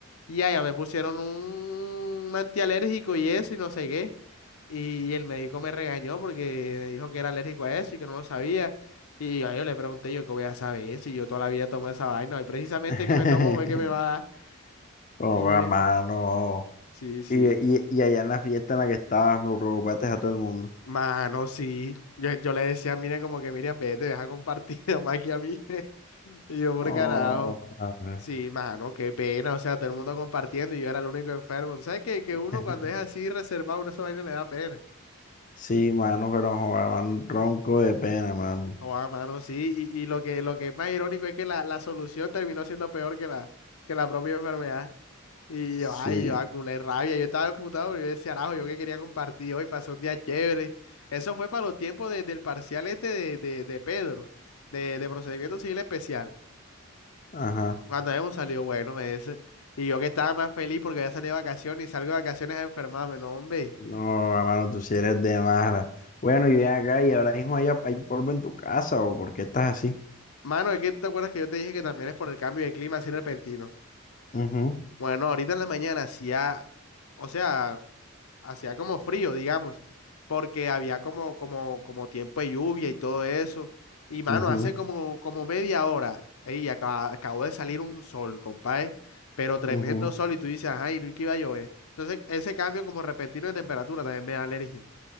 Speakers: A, on the left; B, on the left.
A: Y allá me pusieron un antialérgico y eso, y no sé qué. Y el médico me regañó porque me dijo que era alérgico a eso y que no lo sabía. Y yo, yo le pregunté yo qué voy a saber si yo toda la vida tomo esa vaina. Y precisamente
B: <laughs>
A: que me tomo fue que me va a dar.
B: Oh,
A: Y
B: va,
A: eh,
B: mano.
A: sí, sí.
B: Y, y, y allá en la fiesta en la que estabas, me preocupaste a todo el mundo.
A: Mano, sí. Yo, yo le decía, miren, como que Miriam, vete, deja compartir <laughs> más que a mí. <laughs> Y yo, por
B: Oh,
A: carajo.
B: ajá.
A: Sí, mano, qué pena, o sea, todo el mundo compartiendo y yo era el único enfermo. ¿Tú ¿Sabes que, que
B: <laughs>
A: uno cuando es así reservado, uno esa vaina le da pena?
B: sí, mano, pero joder, mano, tronco de pena, mano.
A: Joder, mano, sí, y, y lo que, lo que es más irónico es que la, la solución terminó siendo peor que la, que la propia enfermedad. Y
B: Sí,
A: yo, ay, yo, a culé rabia, yo estaba emputado, pero yo decía, arajo, yo que quería compartir hoy, pasó un día chévere. Eso fue para los tiempos de- del parcial este de, de, de Pedro, de, de procedimiento civil especial.
B: ajá.
A: Cuando hemos salido bueno, me dice. Y yo que estaba más feliz porque había salido de vacaciones y salgo de vacaciones a enfermarme, no, hombre.
B: No, va, mano, tú sí eres de mala. Bueno, y ven acá, y ahora mismo hay, hay polvo en tu casa, ¿o por qué estás así?
A: Mano, es que tú te acuerdas que yo te dije que también es por el cambio de clima así repentino.
B: Ujú,
A: Bueno, ahorita en la mañana hacía, o sea, hacía como frío, digamos, porque había como, como, como tiempo de lluvia y todo eso. Y mano,
B: ujú,
A: hace como, como media hora, ey, acaba- acabó de salir un sol, compadre, pero tremendo
B: ujú.
A: sol y tú dices, ay, no, y que iba a llover. Entonces, ese cambio como repentino de temperatura también me da alergia.